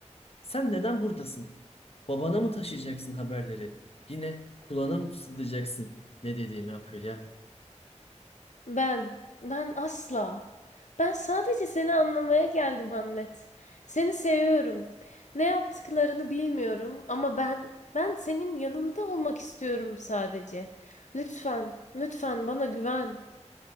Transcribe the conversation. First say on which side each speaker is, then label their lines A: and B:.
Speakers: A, on the left; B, on the left.
A: sen neden buradasın? Babana mı taşıyacaksın haberleri? Yine kulağına mı fısıldayacaksın? Ne dediğimi Apolya?
B: Ben, ben asla. Ben sadece seni anlamaya geldim Hamlet. Seni seviyorum. Ne yaptıklarını bilmiyorum ama ben, ben senin yanında olmak istiyorum sadece. Lütfen, lütfen bana güven.